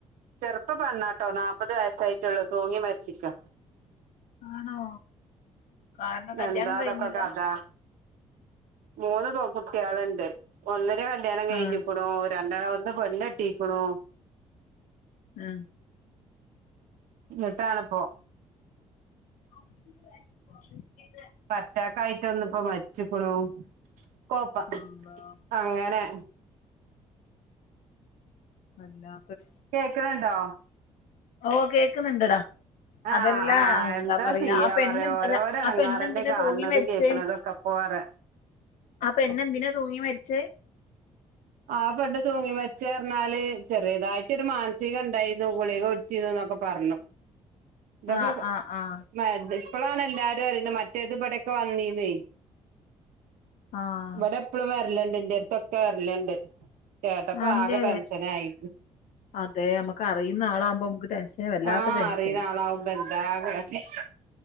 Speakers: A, on the right (about 85°); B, on the left (about 80°).
A: ചെറുപ്പ പെണ്ണാട്ടോ നാപ്പത് വയസ്സായിട്ടുള്ളൂ തൂങ്ങി മരിച്ചിക്കാ
B: ആണോ കാരണം കല്യാണം
A: എന്താ
B: കഴിഞ്ഞില്ല
A: ഇതൊക്കെ കഥ മൂന്ന് പെകുട്ടിയാള്ണ്ട് ഒന്നിന്റെ കൽ ല്യാണം കഴിഞ്ഞിക്ക്ണുൽ
B: ആഹ്
A: രണ്ടാമത്തെ പെണെട്ടിക്കുണു.
B: ഉം
A: ന്ന്ട്ടാണ്പ്പോ
B: <unintelligible>
A: പ്പ അറ്റാക്കായിട്ടൊന്നുപ്പം മരിച്ച്ക്കുണു കോപ്പ
B: അള്ളാ
A: അങ്ങനെ
B: അല്ലാ
A: കേക്ക്ണുണ്ടോ
B: ഓ കേക്കുന്ന്ണ്ട്ടാ
A: ആഹ്
B: അതെല്ലാ
A: ആഹ്
B: എന്താ പറയാ
A: ചെയ്യാ
B: ആ പെണ്ണ്
A: പറയാ ഓരോരോ
B: അല്ല
A: എടങ്ങാറന്നെ
B: ആ പെണ്ണന്തിനാ
A: കാണണതും
B: തൂങ്ങി മരിച്ചേ
A: കേൾക്കണതും ഒക്കെ ഇപ്പൊ പറയാ
B: ആ പെണ്ണെന്തിനാ തൂങ്ങി മരിച്ചെ
A: ആ പെണ്ണ് തൂങ്ങി മര്ച്ചെറ്ഞ്ഞാല് ചെറിയതായിട്ടൊരു മാനസികണ്ടായിരുന്നു ഗുളിക്കുട്ച്ചിരുന്നു ന്നൊക്കെ പറഞ്ഞു ത്തക്കൊകെ
B: ആഹ് ആഹ് ആഹ്
A: <unintelligible> ഇപ്പളാണ് എല്ലാരും അറിയണത് മറ്റേത് ബടൊക്കെ വന്നീന്നെ
B: ആഹ്
A: വ്ടെ എപ്പളും വര് ല്ലേണ്ട് ന്റെട്ത്തൊക്കെ വർല്ണ്ട് കേട്ടപ്പ
B: അന്റെ
A: ആകെ ടെൻഷനായി
B: അതെ നമുക്ക് അറിയുന്ന ആളാകുമ്പോ നമുക്ക് ടെൻഷന് വല്ലാത്ത
A: ആ
B: ടെൻഷന്
A: അറീണ ആളാവുമ്പ ന്താ ആകെ ശ്